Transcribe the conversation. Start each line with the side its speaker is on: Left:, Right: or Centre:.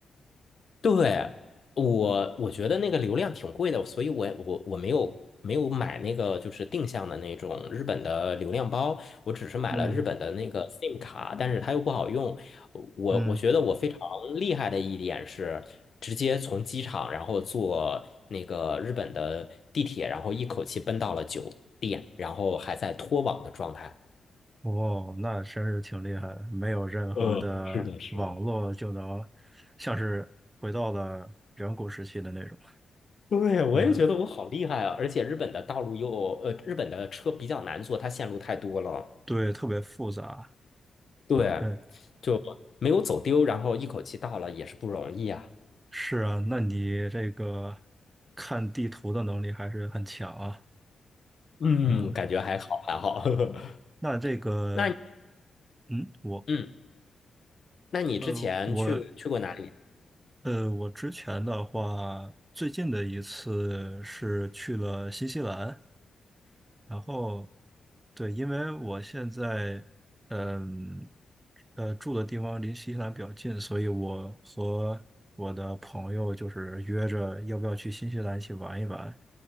Left: 对，我我觉得那个流量挺贵的，所以我我我没有没有买那个就是定向的那种日本的流量包，我只是买了日本的那个
Right: 嗯
Left: SIM 卡，但是它又不好用。我我觉得我非常厉害的一点是，
Right: 嗯
Left: 直接从机场，然后坐那个日本的地铁，然后一口气奔到了酒店，然后还在脱网的状态。
Right: 哦，那真是挺厉害的，没有任何的网络就能，
Left: 呃，是的，是的。
Right: 像是回到了远古时期的那种。
Left: 对，我也觉得我好厉害啊！
Right: 嗯，
Left: 而且日本的道路又，呃，日本的车比较难坐，它线路太多了。
Right: 对，特别复杂。
Left: 对，
Right: 嗯，
Left: 就没有走丢，然后一口气到了也是不容易啊。
Right: 是啊，那你这个看地图的能力还是很强啊。
Left: 嗯，
Right: 嗯，
Left: 感觉还好，还好。<laughs>
Right: 那这个，
Left: 那你
Right: 嗯，我，
Left: 嗯，那你之前去去过哪里？
Right: 呃，我，呃，我之前的话，最近的一次是去了新西兰。然后，对，因为我现在，嗯，呃，住的地方离新西兰比较近，所以我和我的朋友就是约着要不要去新西兰一起玩一玩，